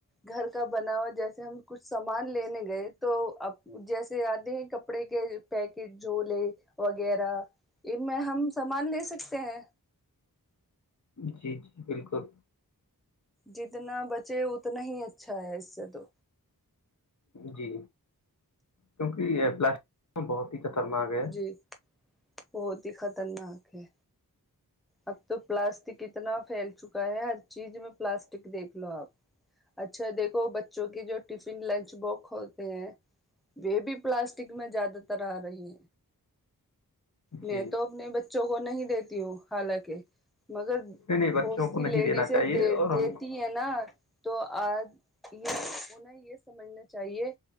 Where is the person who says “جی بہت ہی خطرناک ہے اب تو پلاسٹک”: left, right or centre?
Centre